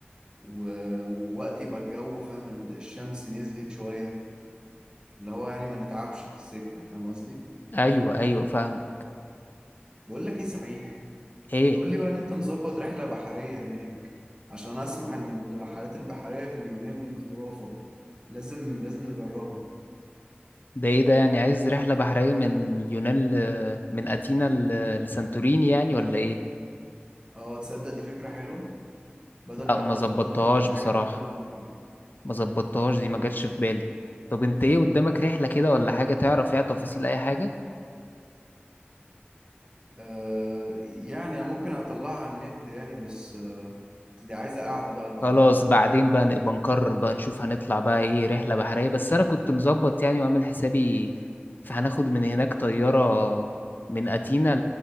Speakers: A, on the right; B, on the left.
A: و... ووقت يبقى الجو فاهم الشمس نزلت شويه اللي هو يعني ما نتعبش في السكه فاهم قصدي
B: أيوة أيوة فاهم
A: بقول لك ايه صحيح
B: إيه
A: قول لي بقى ان انت مظبط رحلة بحرية هناك عشان أنا اسمع ان الرحلات البحرية في اليونان خرافة لازم لازم نجربها
B: ده ايه ده يعني عايز رحلة بحرية من اليونان ل... من أثينا ل... لسانتوريني يعني ولا ايه؟
A: اه تصدق دي فكرة حلوة بدل
B: لا
A: بقى
B: ما
A: ما ناخد
B: ظبطتهاش
A: قطر ولا
B: بصراحة
A: حاجة ناخدها بالمركب
B: ما ظبطتهاش دي ما جاتش في بالي طب انت ايه قدامك رحلة كده ولا حاجة تعرف فيها تفاصيل أي حاجة؟
A: آه يعني انا ممكن اطلعها على النت يعني بس آه بس دي عايزة قاعدة بقى لوحدها
B: خلاص بعدين بقى نبقى نقرر بقى نشوف هنطلع بقى ايه رحلة بحرية بس أنا كنت مظبط يعني وعامل حسابي فهناخد من هناك طيارة من أثينا